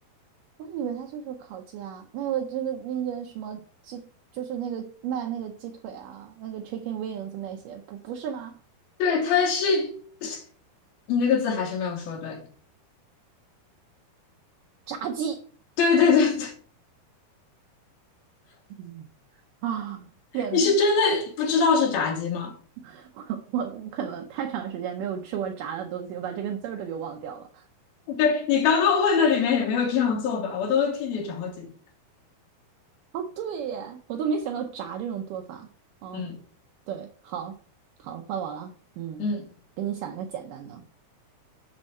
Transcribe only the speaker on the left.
对，它是，<sucks teeth> 你那个字还是没有说对，
对对对对，
你是真的不知道是炸鸡吗？
对，你刚刚问的里面也没有这样做吧，我都替你着急。
嗯
嗯，